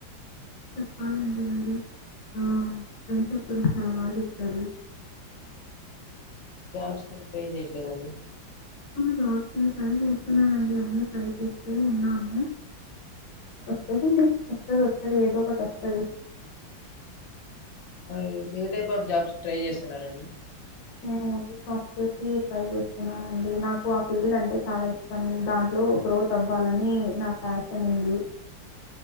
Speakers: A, on the left; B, on the left.
A: చప్పాలంచి మంది ఆ ఫ్రెంస్ప్ గురించి చాలా బాగా చెప్పారు
B: జాబ్స్కిం పే చేయట్లేదండి
A: జాబ్స్ని ట్రై చేస్తున్నానండి అన్నీ ట్రై చేస్తూ ఉన్నాను వస్త అడి వస్తుదు వస్తుది ఏదో ఒకటి వస్తుంది
B: మరి ఏ టైప్ ఆఫ్ జాబ్స్ ట్రై చేస్తున్నారంండి
A: నేను ఓన్లీ సాఫ్ట్వేర్కి ట్రై చేస్తున్నానండి నాకు ఆ ఫీల్డ్ అంటే చాలా ఇష్టం దాంట్లో గ్రోత్ అవ్వాలని నా ప్యాషన్ ఉంది